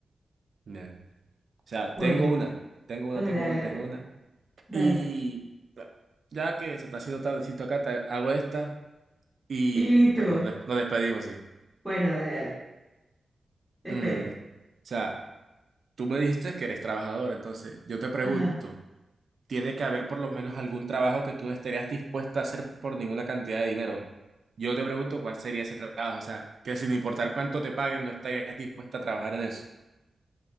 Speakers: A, on the right (about 55°); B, in the centre.
A: Bien. O sea,
B: Bueno,
A: tengo una, tengo una,
B: dale,
A: tengo
B: dale,
A: una,
B: dale,
A: tengo una.
B: dale.
A: Y ya que se está haciendo tardecito acá, te hago esta y,
B: Y listo.
A: y pues nos, des- nos despedimos, sí.
B: Bueno, dale, dale. Espero.
A: Mm, o sea. Tú me dijiste que eres trabajadora, entonces yo te pregunto,
B: Ajá.
A: ¿tiene que haber por lo menos algún trabajo que tú no estarías dispuesta a hacer por ninguna cantidad de dinero? Yo te pregunto cuál sería ese trabajo, o sea, que sin importar cuánto te paguen, no estarías dispuesta a trabajar en eso,